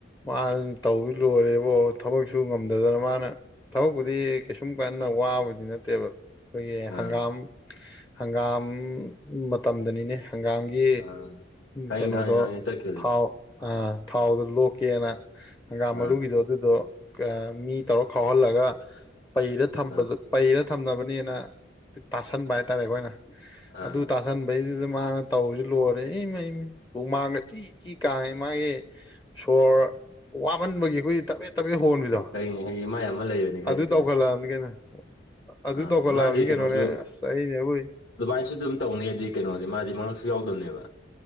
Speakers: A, on the left; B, on the left.
A: ꯃꯥꯅ ꯇꯧꯕꯁꯦ ꯂꯣꯏꯔꯦꯕꯣ ꯊꯕꯛꯁꯨ ꯉꯝꯗꯗꯅ ꯃꯥꯅ ꯊꯕꯛꯄꯨꯗꯤ ꯀꯩꯁꯨꯝ ꯀꯟꯅ ꯋꯥꯕꯗꯤ ꯅꯠꯇꯦꯕ ꯑꯩꯈꯣꯏꯒꯤ
B: ꯑꯥ
A: ꯍꯪꯒꯥꯝ ꯍꯪꯒꯥꯝ ꯃꯇꯝꯗꯅꯤꯅꯦ ꯍꯪꯒꯥꯝ ꯒꯤ
B: ꯑꯥ ꯈꯪꯉꯤ
A: ꯀꯩꯅꯣꯗꯣ
B: ꯈꯪꯉꯤ ꯈꯪꯉꯤ ꯆꯠꯈꯤꯕꯗꯣ
A: ꯊꯥꯎ ꯑ ꯊꯥꯎꯗꯣ ꯂꯣꯛꯀꯦꯅ ꯍꯪꯒꯥꯝ
B: ꯑꯥ
A: ꯃꯔꯨꯒꯤꯗꯣ ꯑꯗꯨꯗꯣ ꯃꯤ ꯇꯧꯔ ꯈꯥꯎꯍꯜꯂꯒ ꯄꯩꯔ ꯊ
B: ꯑꯥ
A: ꯄꯩꯔ ꯊꯝꯅꯕꯅꯦꯅ ꯇꯥꯁꯟꯕ ꯍꯥꯏꯇꯥꯔꯦ ꯑꯩꯈꯣꯏꯅ
B: ꯑꯥ
A: ꯑꯗꯨ ꯇꯥ ꯇꯥꯁꯟꯕꯩꯗꯨꯗ ꯃꯥꯅ ꯇꯧꯕꯁꯤ ꯂꯣꯏꯔꯦ ꯏꯃꯩ ꯃꯩ ꯍꯨꯃꯥꯡꯒ ꯆꯤ ꯆꯤ ꯀꯉꯦ ꯃꯥꯒꯤ ꯁꯣꯔ ꯋꯥꯃꯟꯕꯒꯤ ꯑꯩꯈꯣꯏꯒꯤ ꯇꯞꯕꯦꯠ ꯇꯞꯕꯦꯠ ꯍꯣꯟꯕꯤꯗꯣ
B: ꯈꯪꯉꯤ ꯈꯪꯉꯤ ꯃꯥꯏ ꯑꯃ ꯂꯩꯕꯅꯤ ꯈꯪꯉꯤ
A: ꯑꯗꯨ
B: ꯈꯪꯉꯤ
A: ꯇꯧꯈꯠꯂꯛꯑꯕꯅꯤ ꯀꯩꯅ ꯑꯗꯨ
B: ꯑꯥ
A: ꯇꯧꯈꯠꯂꯛꯑꯕꯅꯤ
B: ꯃꯥꯗꯤ ꯀꯩꯅꯣꯁꯨ
A: ꯀꯩꯅꯣꯅꯦ ꯑꯁ <unintelligible>
B: ꯑꯗꯨꯃꯥꯏꯅꯁꯨ ꯑꯗꯨꯝ ꯇꯧꯅꯤꯗꯤ ꯀꯩꯅꯣꯗꯤ ꯃꯥꯗꯤ ꯃꯉꯛꯁꯨ ꯌꯥꯎꯗꯕꯅꯦꯕ